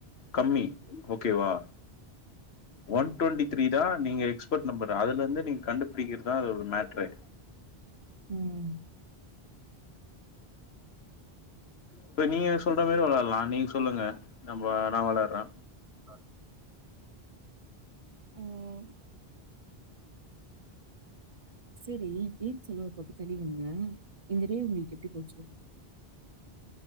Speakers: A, on the left (about 85°); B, on the right (about 40°).
A: கம்மி ஓகேவா. ஒன் டொன்ட்டி த்ரீ தா நீங்க எக்ஸ்பட் நெம்பரு அதுலந்து நீங்க கண்டுபுடிக்கிறதா அது ஒரு மேட்ரே.
B: ம்.
A: இப்ப நீங்க சொல்ற மாரி வெளயால்லா நீங்க சொல்லுங்க நம்பொ நா வெளார்றே.
B: அ ம். செரி கேம்ஸ் எல்லா ஒரு பக்கொ தள்ளி வெய்ங்க இந்த டே உங்குளுக்கு எப்டி போச்சு?